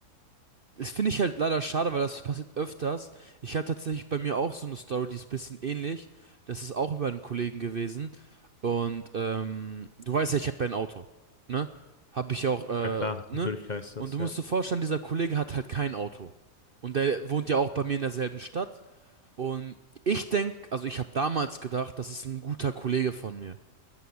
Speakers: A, on the right; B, on the left.
A: Das finde ich halt leider schade, weil das passiert öfters. Ich habe tatsächlich bei mir auch so eine Story, die ist ein bisschen ähnlich. Das ist auch über einen Kollegen gewesen. Und ähm, du weißt ja, ich habe ja ein Auto. Ne? Habe ich auch, äh,
B: Ja klar,
A: ne?
B: natürlich heißt
A: Und
B: das,
A: du
B: ja.
A: musst dir vorstellen, dieser Kollege hat halt kein Auto. Und der wohnt ja auch bei mir in derselben Stadt. Und ich denk, also ich habe damals gedacht, das ist ein guter Kollege von mir.